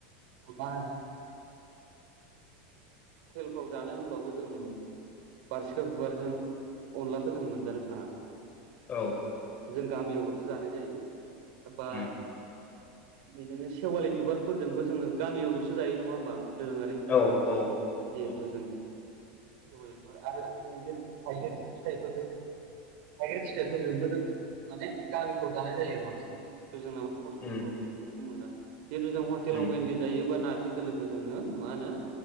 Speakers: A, on the right; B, on the left.
A: मा होनो हटेलफ्राव जानो होनबाबो जों बारसिखा बिबारजों अनलाखौ जों मोनजानो थाङा।
B: औ।
A: जों गामियावाल'सो जानाय जायो बा
B: उम
A: बिदिनो सेवालि बिबारफोरजोंबो जोङो गामियावल'सो जायो नङा होमबा दोरोङारि ओंख्रि।
B: औ औ
A: जिहेथु
B: औ
A: जों सेवालि बिबार आरो थाइगिर-थाइगिर फिथाइखौ जों थाइगिर फिथाइफोरजोंबो जों माने गामिफ्राव जानाय जायो बांसिन। जोंनाव हटेलफ्राव
B: उम।
A: जों बेफोरखौ मोना। खिन्थु जों हतेलाव
B: उम
A: मेनलि जायोब्ला नार्जि जि दोलोखौ जोङो मा होनो